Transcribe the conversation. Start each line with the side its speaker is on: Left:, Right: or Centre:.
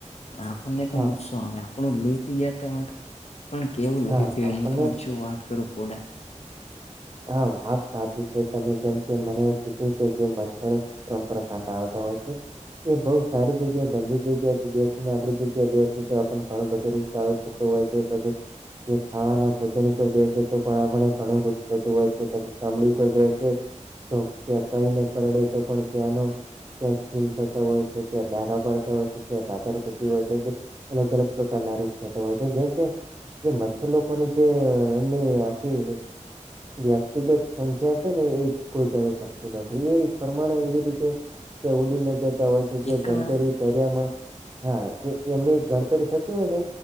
Left: પણ આપણને પણ
Right: હા
Left: ગુસ્શો આપણું લઈ પી ગયા ત હોય તો પણ કેવું લોહી
Right: હા
Left: થ
Right: આપણને
Left: હું તને શું વાત કરું પોડા
Right: હા વાત સાચી છે તમે જેમ કે મને કીધું કે જે મચ્છર ત્રણપુરા ખાંડા આવતા હોય છે. એ બહુ સારી જગ્યા ગંજી જગ્યા છે બેસીને આપણી જગ્યા બેસી તો આપ ઘણો બધો લ થતો હોય છે પછી ખાવાના ભોજન ઉપર બેસે તો પણ આપ ઘ વેછી ચામડી પર બેસે તો ત્યાં કહીને કરડે તો પણ ત્યાંનો ત્યા ખીમ થતો હોય છે ત્યાં ડાખા પડતા હોય છે ત્યાં તાતર થતી હોય છે. અલગ અલગ પ્રકારના રોગ થતા હોય છે જેમ કે જે મચ્છર લોકોની જે એમની આખી વ્યક્તિગત સંખ્યા છે ને એ કોઈ ગણી શકતું નથી એ પ્રમાણે એવી રીતે તે ઉડીને જતા હોય છે જે
Left: એકલા
Right: ગણતરી કર્યામાં હા જે એમની ગણતરી થતી હોય ને